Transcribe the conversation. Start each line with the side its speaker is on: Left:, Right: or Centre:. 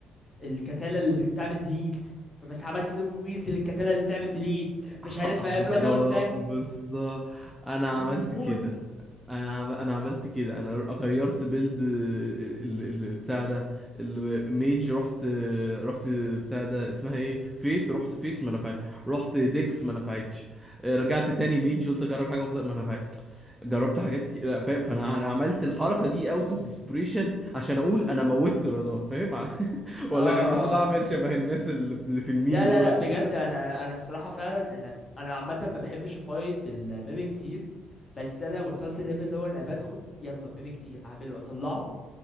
Left: الكتانة اللي بتعمل بليد فمس عملت دول ويلد للكتانة اللي بتعمل بليد مش
Centre: ح-
Left: عارف ما
Centre: بالظبط
Left: بلاد هاوند
Centre: بالظبط انا عملت
Left: مش بيموت
Centre: كده انا عم... انا عملت كده انا غيرت بيلد ال... ال... ال- بتاع ده الميج رحت رحت بتاع ده اسمها ايه فيث رحت فيث ما نفعت رحت ديكس ما نفعتش رجعت تاني ميج قلت اجرب حاجه مختلفه ما نفعت جربت حاجات كتير لا، فاهم فانا انا عملت الحركه دي اوت اوف ديسبريشن عشان اقول انا موتت رضوان فاهم <laughs>
Left: اه
Centre: ولا كان المفروض اعمل شبه الناس اللي اللي في الميم
Left: لا لا
Centre: دولت
Left: لا بجد انا انا الصراحه فعلا انا انا عامه ما بحبش افايت بالميمي كتير بس انا وصلت ليفل اللي هو انا بدخل يلا ميمي كتير اعمله اطلعه